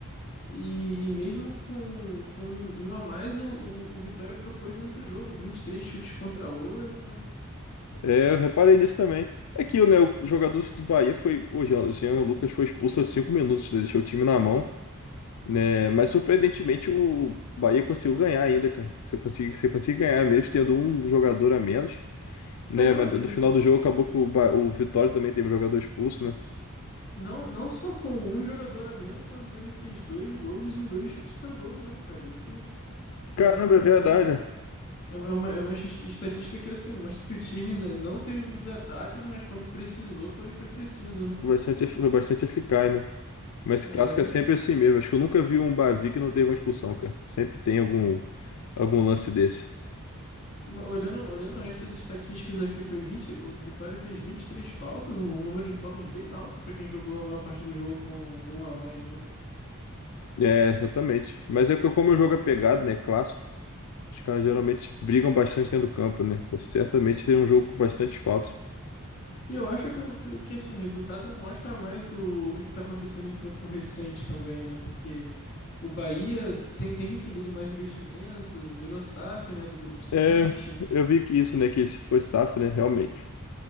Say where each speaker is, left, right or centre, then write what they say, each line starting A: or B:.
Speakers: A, on the left; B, on the left.
A: E, e mesmo com, com um a mais, o, o, o Vitória propôs muito jogo, 23 chutes contra 8.
B: É, eu reparei nisso também. É aquilo, né? O jogador do Bahia foi. Pô, Jean Jean Lucas foi expulso aos cinco minutos, né? Deixou o time na mão. né? Mas surpreendentemente o Bahia conseguiu ganhar ainda, cara. Você consegue, você consegue ganhar mesmo tendo um jogador a menos, né?
A: Caramba,
B: Mas no
A: e
B: final do jogo acabou que o, Ba- o Vitória também teve um jogador expulso, né?
A: não, não só com um jogador a menos, mas o Bahia fez dois gols em dois chutes a gol, né, cara? Isso,
B: Caramba,
A: parando pra pensar,
B: é verdade,
A: é uma,
B: né?
A: é uma, é uma es- estatística que, assim, mostra que o time n- não teve muitos ataques, mas quando precisou, foi, foi preciso, né?
B: Foi Bastante, efi- foi bastante eficaz, né? Mas
A: É,
B: esse clássico é sempre assim mesmo. Acho que eu nunca vi um Bavi que não teve uma expulsão, cara. Sempre tem algum, algum lance desse.
A: uma- olhando, olhando o resto das estatísticas aqui, foi 20 o Vitória fez 23 faltas, um, um número de faltas bem alto pra quem jogou a maior parte do jogo com um a mais, né?
B: É, exatamente. Mas é que como o jogo é pegado, né? Clássico. Os caras geralmente brigam bastante dentro do campo, né? Certamente tem um jogo com bastante faltas.
A: E eu acho que, o- que, que, assim, o resultado mostra mais o, o que está acontecendo em tempo recente também, né? Porque o Bahia tem, tem recebido mais investimento, virou SAF, né, do Grupo City,
B: É, eu vi que isso, né? Que esse foi safra, né? Realmente.